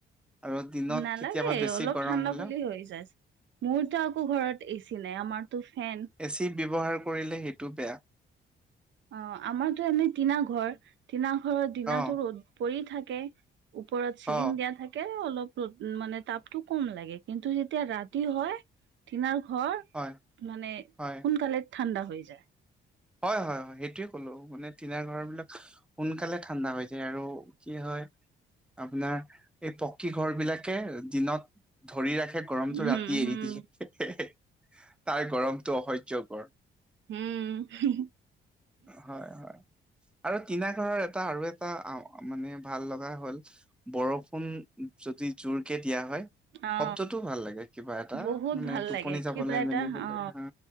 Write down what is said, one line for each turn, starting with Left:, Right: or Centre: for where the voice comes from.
Centre: আৰু দিনত
Right: নালাগে
Centre: কেতিয়াবা বেছি
Right: অলপ
Centre: গৰম
Right: ঠাণ্ডা
Centre: হলেও
Right: হ'লে হৈ জাষ্ট। মোৰ ত আকৌ ঘৰত এ চি নাই আমাৰতো ফেন।
Centre: এ চি ব্যৱহাৰ কৰিলে সেইটো বেয়া।
Right: অ আমাৰতো এনেই টিনা ঘৰ টিনা ঘৰত দিনাটো
Centre: অ',
Right: ৰ'দ পৰি থাকে। ওপৰত চিলিং
Centre: অ'।
Right: দিয়া থাকে অলপ ৰ'দ মানে তাপটো কম লাগে কিন্তু যেতিয়া ৰাতি হয় টিনাৰ ঘৰ
Centre: হয়,
Right: মানে সোনকালে
Centre: হয়,
Right: ঠাণ্ডা হৈ যায়।
Centre: হয় হয় হয় সেইটোৱে ক'লো মানে টিনাৰ ঘৰবিলাক সোনকালে ঠাণ্ডা হৈ যায় আৰু কি হয় আপোনাৰ এই পকী ঘৰবিলাকে দিনত ধৰি ৰাখে গৰমটো
Right: উম
Centre: ৰাতি এৰি
Right: হম
Centre: দিয়ে হে হে হে তাৰ গৰমটো অসহ্যকৰ।
Right: হুম হু হু
Centre: হয় হয় আৰু টিনা ঘৰৰ এটা আৰু এটা অ মানে ভাল লগা হ'ল বৰষুণ যদি জোৰকে দিয়া হয়
Right: অ
Centre: শব্দটো ভাল লাগে কিবা এটা
Right: বহুত
Centre: মানে
Right: ভাল
Centre: টোপনি
Right: লাগে কিবা
Centre: যাবলে
Right: এটা
Centre: মেলিবলে
Right: অ
Centre: হা